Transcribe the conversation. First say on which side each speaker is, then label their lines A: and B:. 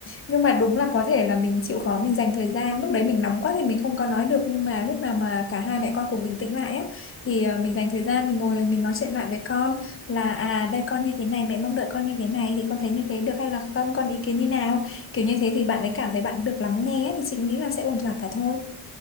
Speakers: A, on the left; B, on the right.
A: nhưng mà đúng là có thể là mình chịu khó mình dành thời gian lúc đấy mình nóng quá thì mình không có nói được nhưng mà lúc nào mà cả hai
B: ừ
A: mẹ con cùng bình tĩnh lại á thì ờ, mình dành thời gian mình ngồi mình nói chuyện lại với con là à
B: ừ
A: đây con như thế này mẹ mong đợi con như thế này thì con thấy như thế được hay là không con ý kiến như nào kiểu như thế thì bạn
B: ừ
A: ấy cảm thấy bạn được lắng nghe á, thì chị nghĩ là sẽ ổn thỏa cả thôi